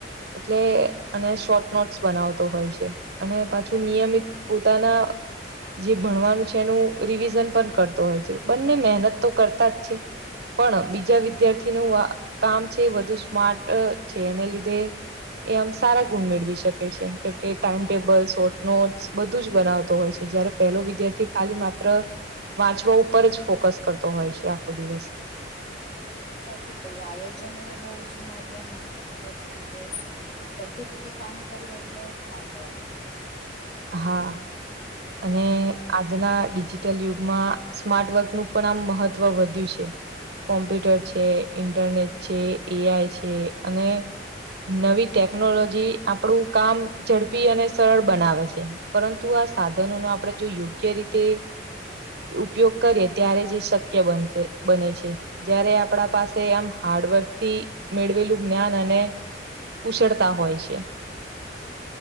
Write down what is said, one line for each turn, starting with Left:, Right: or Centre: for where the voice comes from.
Right: એટલે અને શોર્ટ નોટ્સ બનાવતો હોય છે અને પાછું નિયમિત પોતાના જે ભણવાનું છે એનું રિવિઝન પણ કરતો હોય છે બંને મહેનત તો કરતા જ છે પણ બીજા વિદ્યાર્થીનું કામ છે વધુ સ્માર્ટ છે એને લીધે એ આમ સારા ગુણ મેળવી સ કે છે ટાઈમટેબલ શોર્ટ નોટ બધું જ બનાવતો હોય છે જયારે પહેલો વિદ્યાર્થી ખાલી માત્ર વાંચવા ઉપર જ ફોકસ કરતો હોય છે આખો દિવસ
Left: સાચું કહ્યું આયોજન એ બહુ જ મહત્વની વસ્તુ છે, પદ્ધતિથી કામ કરવું એટલે સ્માર્ટ વર્ક.
Right: હા. અને આજના ડિજિટલ યુગમાં સ્માર્ટ વર્કનું પણ આમ મહત્વ વધ્યું છે. કોમ્પ્યુટર છે, ઇન્ટરનેટ છે, એ આઈ છે, અને નવી ટેકનોલોજી આપડું કામ ઝડપી અને સરળ બનાવે છ એ, પરંતુ આ સાધનો નો આપણેે જો યોગ્ય રીતે ઉપયોગ કરીએ ત્યારે જ એ શક્ય બનશે, બને છે. જયારે આપણા પાસે આમ હાર્ડવર્કથી મેળવેલું જ્ઞાન અને કુશળતા હોય છે.